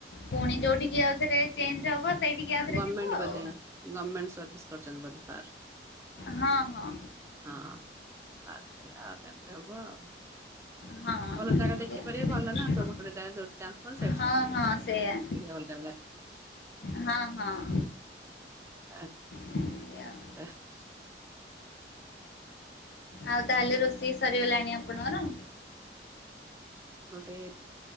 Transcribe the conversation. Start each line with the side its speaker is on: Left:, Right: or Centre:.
Left: ପୁଣି ଯୋଉଠିକି ଆଉଥରେ ଚେଞ୍ଜ ହବ ସେଇଠିକି ଆଉଥରେ
Right: ଗର୍ମେଣ୍ଟ
Left: ଯିବୁ ଆଉ।
Right: ବୋଧେ ଗର୍ମେଣ୍ଟ ସର୍ବିସ୍ କରିଛନ୍ତି ବଧେ ସାର୍?
Left: ହଁ ହଁ।
Right: ହଁ ଆ ସେ ଆଉ କେମିତି ହବ ଆଉ।
Left: ହଁ
Right: ଭଲ ଜାଗା ଦେଖିପାରିବି
Left: ଏମିତି
Right: ଭଲ ନା ସବୁଟାରେ
Left: ଆଉ।
Right: <inaudible> ସେଇ
Left: ହଁ
Right: ଟି।
Left: ହଁ ସେଇଆ
Right: ଟିକେ ଅଲଗା ଅଲଗା।
Left: ହଁ ହଁ।
Right: ଆ କ୍।
Left: ଏଇଆଉ।
Right: ଆ <unintelligible>
Left: ଆଉ ତାହେଲେ ରୋଷେଇ ସରିଗଲାଣି ଆପଣଙ୍କର?
Right: ନୋଟେ